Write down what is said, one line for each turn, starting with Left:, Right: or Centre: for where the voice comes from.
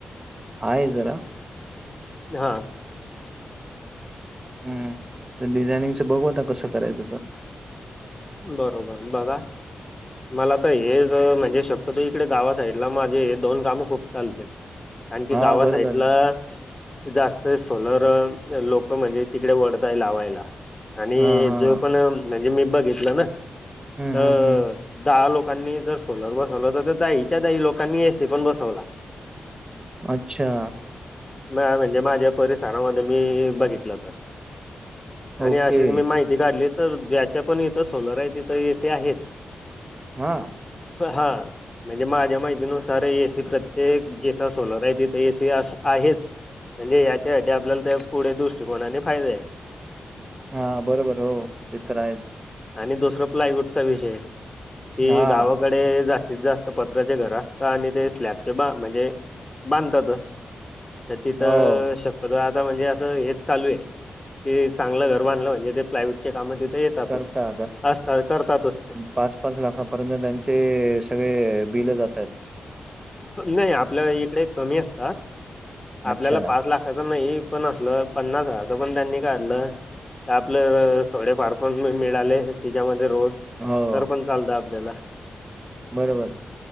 Right: आहे जरा.
Left: हा.
Right: हम् तर डिझायनिंगच बघू कसं करायचं <unintelligible>
Left: बरोबर बघा. मला तर हेच म्हणजे शक्यतो इकडे गावा साईडला माझे हे दोन कामं खूप चालते. आणखी
Right: हा
Left: गावा
Right: बरोबर.
Left: साइडला जास्त सोलर लोक म्हणजे तिकडे वढतय लावायला. आणि
Right: हा हा.
Left: जो पण म्हणजे मी बघितलं ना तर
Right: हम्म हम्म हम्म.
Left: दहा लोक लोकांनी जर सोलर बसवलं तर तर दाहीच्या दाही लोकांनी एस सी पण बसवला.
Right: अच्छा.
Left: हा म्हणजे माझ्या परिसरामध्ये मी बघितलं तर.
Right: ओके.
Left: आणि अशीच मी माहिती काढली तर ज्याच्या पण इथं सोलर आहे तिथं ए सी आहेत.
Right: हा.
Left: हा म्हणजे माझ्या माहितीनुसार एसी प्रत्येक जिथं सोलर आहे, तिथे एसी अस आहेच. म्हणजे याच्यासाठी आपल्याला त्या पुढील दुष्टिकोनाने फायदा आहे.
Right: हा, बरोबर हो. ते तर आहेच.
Left: आणि दुसरं प्लायवूडचा विषय की
Right: हा.
Left: गावाकडे जा तिथं जास्त पत्राचे घर असतात आणि ते स्लॅबचे बा म्हणजे बांधतातच. तर तिथं
Right: हो
Left: शक्यत आता म्हणजे असं हेच चालू आहे की चांगलं घर बांधलं म्हणजे ते प्लायवुड चे काम तिथं येत
Right: करता
Left: असतात करतातच ते.
Right: पाच-पाच लाखापर्यंत त्यांचे सगळे बिल जातात.
Left: नाही आपल्याला इकडे कमी असता.
Right: अच्छा.
Left: आपल्याला पाच लाखाच नाही पण असल पन्नास हजारचं पण त्यांनी काढलं आपलं थोडे फार पण मी मिळाले तिच्यामध्ये रोज
Right: हो
Left: तर पण चालत आपल्याला.
Right: बरोबर,